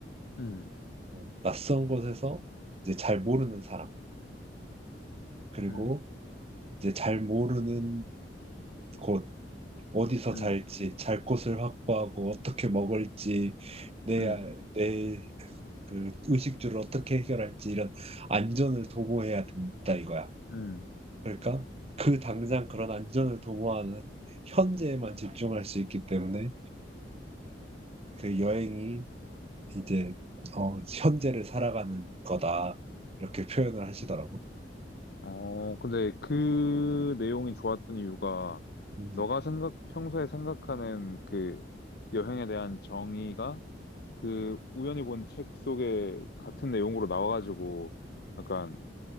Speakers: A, on the left; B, on the right.
A: 음,
B: 어, 낯선 곳에서 이제 잘 모르는 사람, 그리고
A: 음.
B: 이제 잘 모르는 곳, 어디서
A: 음.
B: 잘지, 잘 곳을 확보하고 어떻게 먹을지, 내,
A: 음,
B: 내, 그 의식주를 어떻게 해결할지 이런 안전을 도모해야 된다 이거야.
A: 음.
B: 그러니까 그 당장 그런 안전을 도모하는 현재에만 집중할 수 있기 때문에 그 여행이 이제 어, 현재를 살아가는 거다 이렇게 표현을 하시더라고.
A: 어, 근데 그 내용이 좋았던 이유가
B: 음,
A: 너가 생각, 평소에 생각하는 그 여행에 대한 정의가 그 우연히 본 책 속에 같은 내용으로 나와가지고 약간